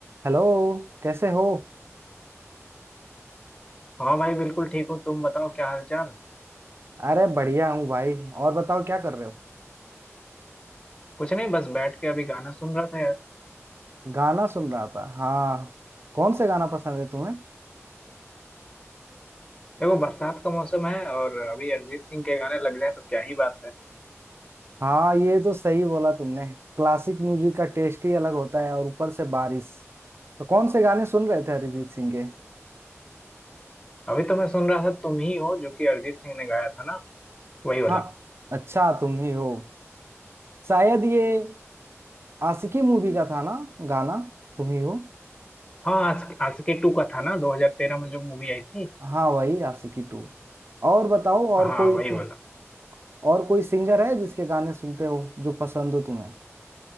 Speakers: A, on the right (about 55°); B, on the left (about 20°).
A: हेलो कैसे हो
B: हाँ भाई बिल्कुल ठीक हो तुम बताओ क्या हाल चाल
A: अरे बढ़िया हूँ भाई और बताओ क्या कर रहे हो
B: कुछ नहीं बस बैठ के अभी गाना सुन रहा था यार
A: गाना सुन रहा था हाँ कौन से गाना पसंद है तुम्हें
B: देखो बरसात का मौसम है और अभी अरिजीत सिंह के गाने लग जाए तो क्या ही बात है
A: हाँ ये तो सही बोला तुमने क्लासिक म्यूजिक का टेस्ट ही अलग होता है और ऊपर से बारिश तो कौन से गाने सुन रहे थे अरिजीत सिंह के
B: अभी तो मैं सुन रहा था तुम ही हो जो कि अरिजीत सिंह ने गाया था ना वही वाला
A: हाँ अच्छा तुम ही हो शायद ये आशिकी मूवी का था ना गाना तुम ही हो
B: हाँ आस, आशिकी टू का था ना 2013 में जो मूवी आई थी
A: हाँ वही आशिकी टू और बताओ और
B: हाँ
A: कोई
B: वही
A: तुम
B: वाला
A: और कोई सिंगर है जिसके गाने सुनते हो जो पसंद हो तुम्हें